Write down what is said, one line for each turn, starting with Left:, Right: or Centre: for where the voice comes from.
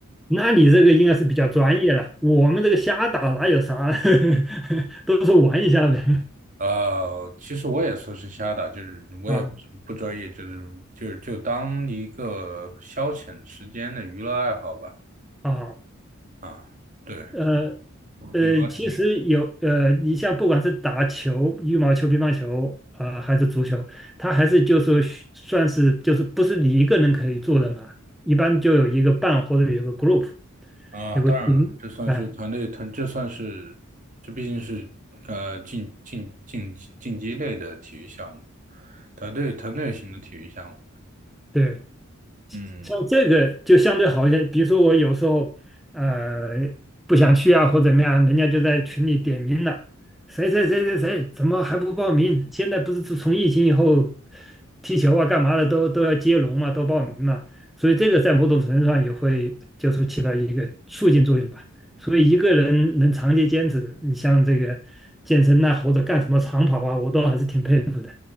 Centre: 那你这个应该是比较专业了，我们这个瞎打哪有啥，<laughs> 都是玩一下呗。
Right: 呃，其实我也说是瞎打，就是我也不是不专业，
Centre: 啊
Right: 就是就是就当一个消遣时间的娱乐爱好吧。
Centre: 啊，
Right: 啊，对，
Centre: 呃呃，
Right: 羽毛球。
Centre: 其实有呃，你像不管是打球、羽毛球、乒乓球啊、还是足球，它还是就是需算是就是不是你一个人可以做的嘛，一般就有一个伴或者有一个 group。
Right: 啊，
Centre: 有个群，
Right: 当然了，这算是团队，
Centre: 哎，
Right: 团，这算是，这毕竟是呃竞竞竞竞技类的体育项目，团队团队型的体育项目。
Centre: 对，
Right: 嗯，
Centre: 像这个就相对好一些。比如说我有时候呃不想去啊，或怎么样，人家就在群里点名了，谁谁谁谁谁怎么还不报名？现在不是自从疫情以后，踢球啊干嘛的都都要接龙嘛，都报名嘛，所以这个在某种程度上也会就是起到一个促进作用吧。所以一个人能长期坚持，你像这个健身呐、或者干什么长跑啊，我都还是挺佩服的。